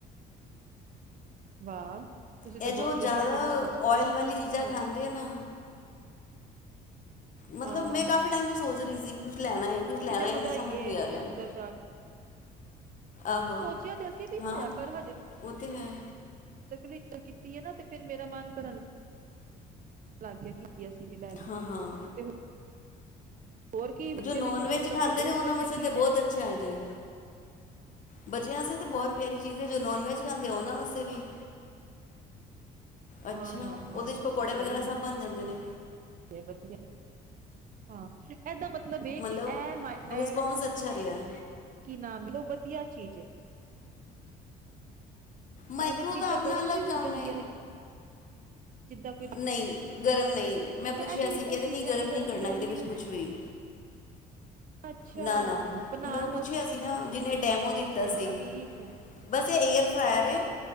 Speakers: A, on the right; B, on the left.
A: ਵਾਹ। ਤੁਸੀਂ ਤੇ
B: ਇਹ
A: ਬਹੁਤ
B: ਜੋ ਜ਼ਿਆਦਾ
A: ਵਧੀਆ ਗੱਲਾਂ ਦੱਸ ਰਹੇ
B: ਓਇਲ
A: ਹੋ
B: ਵਾਲੀ ਚੀਜ਼ਾਂ ਖਾਂਦੀ ਆ ਨਾ ਮਤਲਬ
A: ਹਾਂ
B: ਮੈਂ ਕਾਫ਼ੀ ਟਾਈਮ ਤੋਂ ਸੋਚ ਰਹੀ ਸੀ <inaudible> ਕੁਛ ਲੈਣਾ ਹੈ, ਕੁਛ ਲੈਣਾ
A: ਜੰਮਦਾ
B: ਹੈ ਸਮਝ
A: ਹੀ ਏ
B: ਨੀ ਆ ਰਿਹਾ
A: ਅੰਦਰ
B: <inaudible>
A: ਜਾ ਸੋਚਿਆ
B: ਆਹੋ
A: ਤੇ ਅਸੀਂ ਵੀ
B: ਹਾਂ
A: ਹੋਇਆ ਪਰ ਹਜੇ
B: ਉਹ ਤਾਂ ਹੈ
A: <unintelligible> ਕੀਤੀ ਹੈ ਨਾ ਤੇ ਫੇਰ ਮੇਰਾ ਮਨ ਕਰਨ ਲੱਗ ਗਿਆ ਕਿ ਕੀ ਅਸੀਂ ਵੀ ਲੈ ਲਈਏ
B: ਹਾਂ ਹਾਂ
A: ਤੇ ਹੋਰ ਕੀ ਬੱਚੇ
B: ਜੋ ਨੋਨ
A: ਲਈ ਤੇ ਮੈਨੂੰ
B: ਵੈਜ
A: ਤਾਂ ਲੱਗਦਾ
B: ਖਾਂਦੇ
A: ਬਹੁਤ
B: ਨੇ ਉਹਨਾਂ
A: ਵਧੀਆ
B: ਵਾਸਤੇ
A: ਚੀਜ਼
B: ਤਾਂ ਬਹੁਤ
A: ਹੈ।
B: ਅੱਛਾ ਜੇ ਬੱਚਿਆਂ ਵਾਸਤੇ ਤਾਂ ਬਹੁਤ ਪਿਆਰੀ ਚੀਜ ਏ ਜੋ ਨੋਨ ਵੈਜ ਖਾਂਦੇ ਉਹ ਨਾ ਵਾਸਤੇ ਵੀ ਅੱਛਾ
A: ਹਾਂ ਹਾਂ ਹਾਂ
B: ਉਹਦੇ ਚ ਪਕੌੜੇ ਵਗੈਰਾ
A: ਸਹੀ
B: ਸਭ ਬਣ ਜਾਂਦੇ ਨੇ
A: ਵਧੀਆ ਹਾਂ ਇਹਦਾ ਮਤਲਬ ਇਹ
B: ਮਤਲਬ
A: ਕਿ ਇਹ ਮ ਇਹ
B: ਰਿਸਪੌਂਸ ਅੱਛਾ ਰਿਹਾ
A: ਕੀ ਨਾਮ ਲਓ ਵਧੀਆ ਚੀਜ਼ ਏ
B: ਮਾਈਕਰੋ
A: ਇਹਦੇ ਚ ਚੀਜ਼ਾਂ
B: ਦਾ ਆਪਣਾ
A: ਗਰਮ
B: ਅਲੱਗ
A: ਵੀ ਹੋ
B: ਕੰਮ
A: ਜਾਂਦੀਆਂ
B: ਹੈ
A: ਨੇ? ਜਿੱਦਾਂ ਕੋਈ
B: ਨਹੀਂ ਗਰਮ ਨਹੀਂ ਮੈਂ
A: ਅੱਛਾ
B: ਪੁੱਛਿਆ
A: ਇਹਦੇ ਵਿੱਚ
B: ਸੀ ਕਹਿ
A: ਉਹ
B: ਰਹੇ ਨਹੀਂ
A: ਚੀਜ਼ਾਂ
B: ਗਰਮ
A: ਨੀ
B: ਨਹੀਂ ਕਰਨਾ
A: ਗਰਮ
B: ਇਹਦੇ
A: ਨੀ
B: ਵਿੱਚ
A: ਹੁੰਦੀਆਂ
B: ਕੁੱਛ ਵੀ
A: ਅੱਛਾ
B: ਨਾ ਨਾ
A: ਬਣਾਉਣ
B: ਮੈਂ ਉਹ ਪੁੱਛਿਆ ਸੀ ਨਾ ਜਿਹਨੇ ਡੈਮੋ ਦਿੱਤਾ
A: ਵਾਸਤੇ ਹੀ
B: ਸੀ
A: ਆ ਠੀਕ ਹੈ
B: ਬਸ ਇਹ ਏਅਰ ਫਰਾਇਰ ਏ।